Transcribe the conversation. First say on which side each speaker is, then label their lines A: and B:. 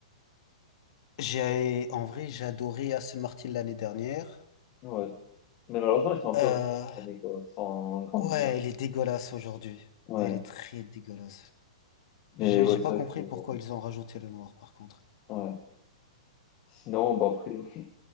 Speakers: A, on the left (about 55°); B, on the left (about 30°).
A: J'ai, en vrai, j'ai adoré Aston Martin l'année dernière.
B: Ouais. Mais malheureusement, ils sont un
A: Euh,
B: peu réduits cette année, quoi, sans grande
A: ouais,
B: innovation.
A: elle est dégueulasse aujourd'hui.
B: Ouais.
A: Elle est très dégueulasse.
B: Mais
A: J'ai
B: ouais,
A: j'ai
B: c'est
A: pas
B: vrai
A: compris
B: que,
A: pourquoi ils ont rajouté le noir, par contre.
B: ouais. Sinon, bon, après, <laughs>